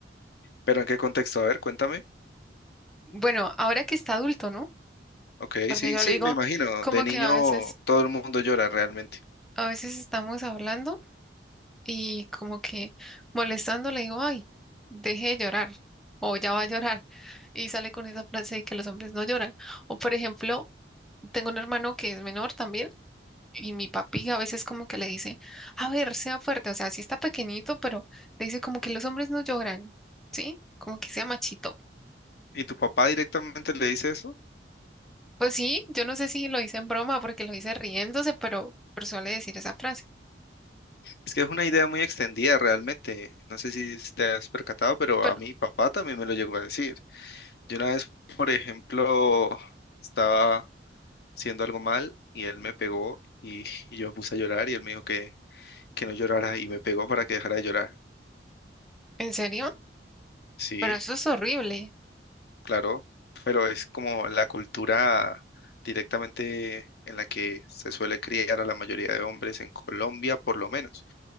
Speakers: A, on the left; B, in the centre.
A: ¿Pero en qué contexto? A ver, cuéntame.
B: Bueno, ahora que está adulto, ¿no?
A: Ok,
B: Porque
A: sí,
B: yo
A: sí,
B: le digo
A: me imagino.
B: como
A: De niño
B: que a veces,
A: todo el mundo llora realmente.
B: a veces estamos hablando y como que molestando le digo, ay, deje de llorar o ya va a llorar. Y sale con esa frase de que los hombres no lloran. O por ejemplo, tengo un hermano que es menor también. Y mi papi a veces como que le dice, a ver, sea fuerte, o sea, sí está pequeñito, pero le dice como que los hombres no lloran, ¿sí? Como que sea machito.
A: ¿Y tu papá directamente le dice eso?
B: Pues sí, yo no sé si lo hice en broma porque lo hice riéndose, pero, pero suele decir esa frase.
A: Es que es una idea muy extendida realmente. No sé si te has percatado, pero
B: Pero,
A: a mi papá también me lo llegó a decir. Yo una vez, por ejemplo, estaba haciendo algo mal y él me pegó y, y yo me puse a llorar y él me dijo que que no llorara y me pegó para que dejara de llorar.
B: ¿en serio?
A: Sí,
B: Pero eso es horrible.
A: claro, pero es como la cultura directamente en la que se suele criar a la mayoría de hombres en Colombia, por lo menos.